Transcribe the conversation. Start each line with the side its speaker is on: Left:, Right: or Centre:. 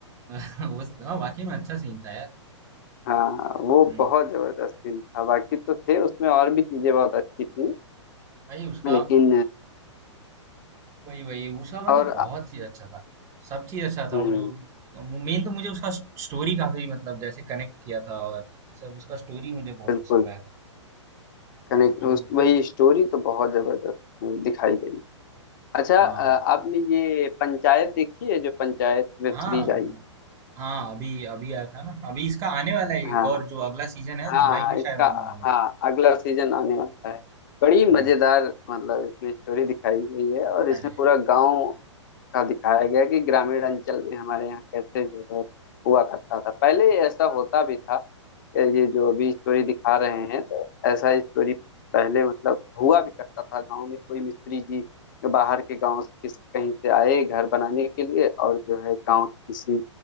Right: <laughs> वो हाँ, वाकई में अच्छा सीन था यार
Left: हाँ वो
Right: हम्म
Left: बहुत जबरदस्त सीन था बाकी तो थे उसमें और भी चीजें बहुत अच्छी थी
Right: भाई उसका
Left: लेकिन
Right: वही वही उसका मतलब
Left: और
Right: बहुत चीज अच्छा था सब चीज अच्छा था
Left: हम्म
Right: वो जो मेन तो मुझे उसका स्टोरी काफी मतलब जैसे कनेक्ट किया था और ये सब उसका स्टोरी मुझे बहुत
Left: बिल्कुल
Right: पसंद आया था
Left: कनेक्ट
Right: एक्टिंग
Left: उस वही स्टोरी तो बहुत जबरदस्त उसमें दिखाई गई अच्छा
Right: हाँ
Left: अ, आपने ये पंचायत देखी है जो पंचायत वेब
Right: हाँ
Left: सीरीज आई
Right: हाँ अभी अभी आया था ना अभी इसका आने वाला है एक
Left: हाँ
Right: और जो अगला सीजन है
Left: हाँ
Right: जुलाई
Left: हाँ
Right: में शायद
Left: इसका
Right: आने वाला है
Left: हाँ अगला सीजन आने वाला है बड़ी
Right: वो
Left: मजेदार मतलब इसमें स्टोरी दिखाई गई है और इसमें
Right: अरे
Left: पूरा गांव का दिखाया गया है कि ग्रामीण अंचल में हमारे यहाँ कैसे जो है हुआ करता था पहले ऐसा होता भी था ये जो अभी स्टोरी दिखा रहे हैं तो ऐसा स्टोरी पहले मतलब हुआ भी करता था गांव में कोई मिस्त्री जी बाहर के गांव से किसी कहीं से आए घर बनाने के लिए और जो है गांव की किसी